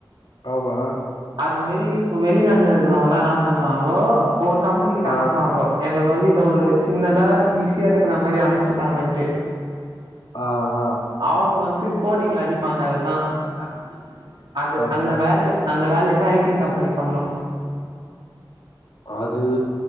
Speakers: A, on the left; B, on the right.
A: ஆமா
B: அது மேரி பு வெளிநாட்ல இருக்குறவங்கல்லா என்னா பண்ணுவாங்கோ ஒவ்வொர் கம்பெனி கிட்ட
A: ஆ
B: அனுப்வாங்கோ எங்கள்க்கு வந்து இத ஒரு சின்னதா ஈஸியா இருக்ற மாரி அனுப்ச்சிட்டாங்கன்ட்டு
A: ஆஆ
B: அவ்ங்க வந்து கோடிங்ல அடிப்பாங்க அதத்தா அ அதுத்
A: சரிதான்
B: அந்த வேலி அந்த வேலையத்தா ஐடிங் கம்பனி பண்ணு
A: ஆதிவ்